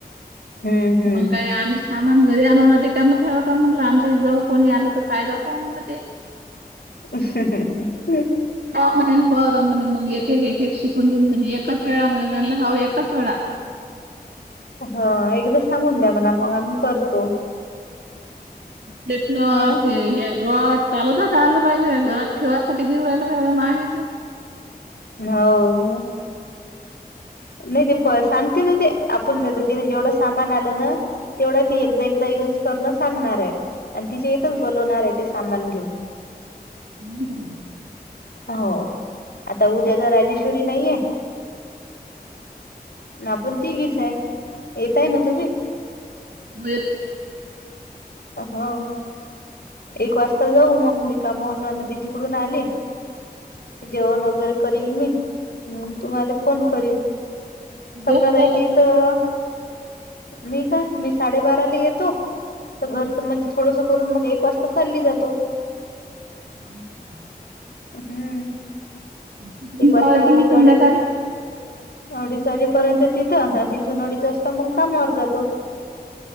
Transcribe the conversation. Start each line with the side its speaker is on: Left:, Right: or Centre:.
Left: हम्म हम्म
Right: मग काय आम्ही सामान घरी आणवणार ते काम ठेवा का म्हटलं आमच्या जवळ कोणी आलं तर काय दाखवाव म्हनल ते
Left: <inaudible>
Right: हो बर म्हणे एक, एक, एक शिकून दिन म्हणे एकाच वेळा म्हणे मला हव एकाच वेळा
Left: हा एकदा सांगून द्या म्हणा मग आम्ही करतो.
Right: प्लेटनर
Left: हा
Right: ते हे रॉड चालोता तर आला पाहिजे घरात ठेवायसाठी घेऊ राहिला का मागेच?
Left: हो मग. नाही ते प सांगते ना ते आपण त्याच तिने जेवढं सामान आलं ना तेवढं ती एकदा, एकदा युज करणं सांगणार आहे आणि तिच्या यथच बोलवणार आहे ते सामान घेऊन.
Right: हम्म हम्म.
Left: हो आता उद्या तर राजेश्वरी नाहीये. ना पण तीघीच आहे येतायना तुम्ही?
Right: हो येतो ना <unintelligible>
Left: हो. एक वाजता जाऊ मग मी कामून म्हणजे तिकडून आले. जेवण वगैरे करील मी म तुम्हाला फोन करील.
Right: दिवस
Left: स्पना ताईच्या
Right: जात असतो
Left: इथ अ..
Right: तो.
Left: मी का मी साडेबाराला येतो तर घरचं म्हणजे थोडस करून मग एक वाजता. चालली जातो.
Right: हो का <unintelligible>
Left: हम्म
Right: तिकडून
Left: एक
Right: कवा
Left: वाजता
Right: येतो
Left: गेली
Right: मग
Left: की
Right: संध्याकाळी.
Left: अडीच अडीच वाजेपर्यंत तिथं तिथून अडीच वाजता मग कामावर जातो.